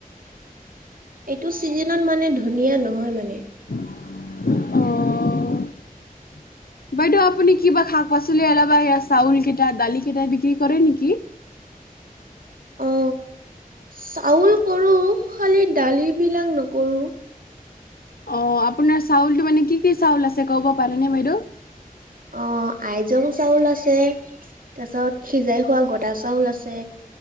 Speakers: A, on the right (about 70°); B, on the left (about 85°).
A: এইটো চিজনত মানে ধনিয়া নহয় মানে।
B: অ'। বাইদেউ আপুনি কিবা শাক পাচলি এলাবা ইয়া চাউল কিটা, দালি কিটা, বিক্ৰী কৰে নেকি?
A: অ'। চাউল কৰো খালি দালি বিলাক নকৰো।
B: অ', আপোনাৰ চাউলটো মানে কি কি চাউল আছে ক'ব পাৰেনে বাইদেউ?
A: অ', আইজং চাউল আছে। তাছত খিজাই খোৱা গদা চাউল আছে।